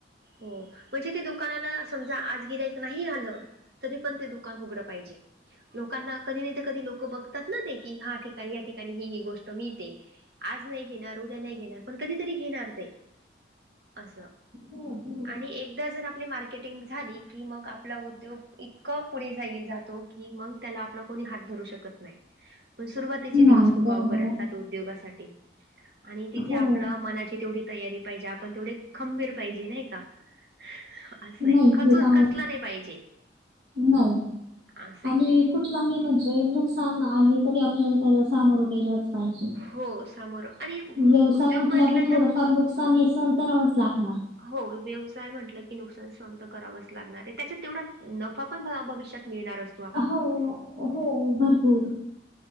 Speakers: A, on the right (about 65°); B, on the right (about 80°).
A: हो म्हणजे ते दुकानाला समजा आज गिरायक नाही आलं तरी पण ते दुकान उघड पाहिजे लोकांना कधी नाही तर कधी लोक बघ तात ना ते की हा ठिकाणी या ठिकाणी ही ही गोष्ट मिळते तर आज नाही घेणार, उद्या नाही घेणार पण कधीतरी घेणार ते असं
B: हा बरो
A: आणि एकदा जर आपली मार्केटिंग झाली की मग आपला उद्योग इतका पुढे जाईल जात तो की मग त्याला आपल कोणी हात धरू शकत नाही पण सुरवाती तेचे
B: नाही
A: दिवस खूप
B: बरोबर.
A: अवघड असतात उद्योगासाठी आणि तिथे
B: हो
A: आपलं मनाची तेवढी तयारी पाहिजे आपण तेवढे खंबीर पाहिजे नाही का असं
B: नाही
A: आहे खचून
B: ते तर आहे
A: खचला नाही पाहिजे
B: नाही
A: असं आहे
B: आणि
A: ते
B: कुठलाही म्हणजे नुकसान आले तरी आपल्याला त्याला सामोरं गेलंच पाहिजे
A: हो सामोरं आणि
B: व्यवसाय
A: उद्योग
B: म्हटला
A: म्हटलं
B: की थोडफार
A: तर
B: नुकसान हे सहन करावच लागणार
A: हो व्यवसाय म्हटलं की नुकसान सहन तर करावंच लागणार आहे. त्याच्यात तेवढा नफा पण भविष्यात मिळणार अस
B: हो, हो भरपूर